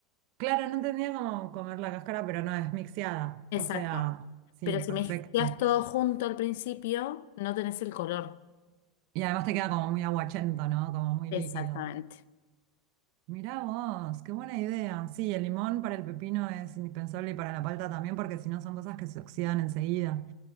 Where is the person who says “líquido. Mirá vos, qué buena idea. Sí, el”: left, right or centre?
Right